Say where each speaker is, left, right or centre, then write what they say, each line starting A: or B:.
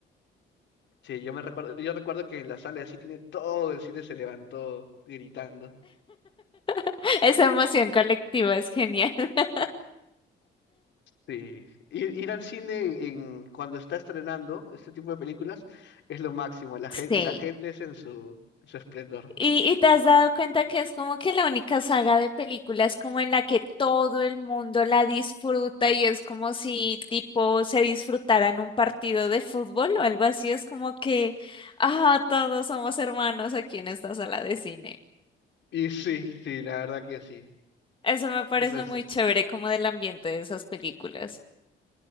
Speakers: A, on the left; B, on the left.
A: Sí, yo me recuerdo, yo recuerdo que en la sala de cine todo el cine se levantó gritando.
B: <laughs> Esa emoción colectiva es genial. <laughs>
A: Sí, ir, ir al cine en, en- cuando está estrenando este tipo de películas es lo máximo, la,
B: Sí.
A: gen- la gente es en su, su esplendor.
B: Y, y te has dado cuenta que es como que la única saga de películas como en la que todo el mundo la disfruta y es como si tipo se disfrutaran un partido de fútbol o algo así. Es como que, ah, todos somos hermanos aquí en esta sala de cine.
A: Y sí, sí, la verdad que sí.
B: Eso me parece
A: Eso es.
B: muy chévere como del ambiente de esas películas.